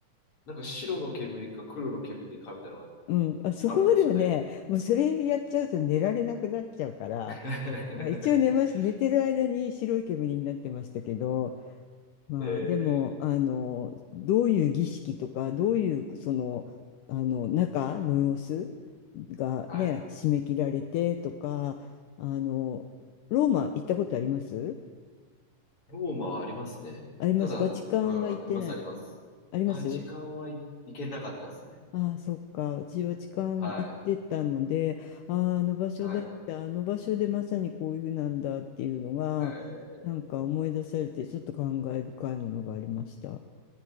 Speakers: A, on the left (about 40°); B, on the left (about 75°).
A: なんか白の煙か黒の煙かみたいなのが
B: うん。あ、そこまではね、
A: あるんですよね。
B: もうそれやっちゃうと寝られなくなっちゃうから、
A: <laughs>
B: あ一応寝まし、寝てる間に白い煙になってましたけど、まあ、
A: え
B: でも、あの、
A: ー、
B: どういう儀式とか、どういう、その、あの、中の様子がね、
A: はい。
B: 締め切られてとか、あの、ローマ行ったことあります
A: ローマはありますね。
B: あります。
A: ただ、
B: バチカンは行ってない。
A: うん、あります、あります。
B: あります
A: バチカンはい、行けなかったですね。
B: ああ、そっか。私、バチカン行ってたので、
A: はい、
B: ああ、あの場所だった、
A: はい。
B: あの場所でまさにこういうふうなんだっていうのが、
A: えー、
B: なんか思い出されて、ちょっと感慨深いものがありました。